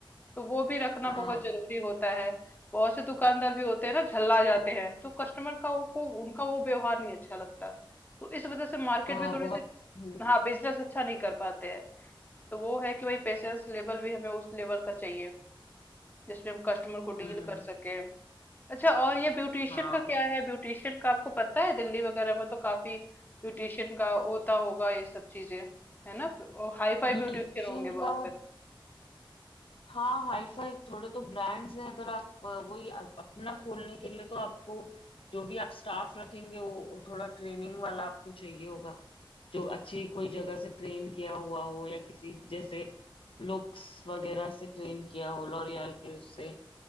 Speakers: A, on the left; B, on the left.
A: तो वो भी रखना
B: हाँ
A: बहुत जरूरी होता है बहुत से दुकानदार भी होते हैं ना झल्ला जाते हैं तो कस्टमर का वो- को उनका वो व्यवहार नहीं अच्छा लगता तो इस वजह से मार्केट
B: हाँ
A: में थोड़ी
B: बहुत
A: सी
B: हम्म
A: हाँ बिजनेस अच्छा नहीं कर पाते हैं तो वो है कि भाई पेशेंस लेवल भी हमें उस लेवल का चाहिए जिसमें हम कस्टमर को
B: हम्म
A: डील कर सके अच्छा और ये ब्यूटिशियन
B: हाँ
A: का क्या है ब्यूटिशियन का आपको पता है दिल्ली वगैरह में तो काफी ब्यूटिशियन का होता होगा ये सब चीजें है ना और हाई फाई
B: ब्यूटिशियन
A: ब्यूटिशियन होंगे वहां
B: का हाँ हाईफाई थोड़े तो ब्रांड्स हैं अगर आप अ, वही अ- अपना खोलने के लिए तो आपको जो भी आप स्टाफ रखेंगे वो, वो थोड़ा ट्रेनिंग वाला आपको चाहिए होगा जो अच्छी कोई जगह से ट्रेन किया हुआ हो या किसी जैसे लुक्स वगैरह से ट्रेन किया हो लॉरियल के उससे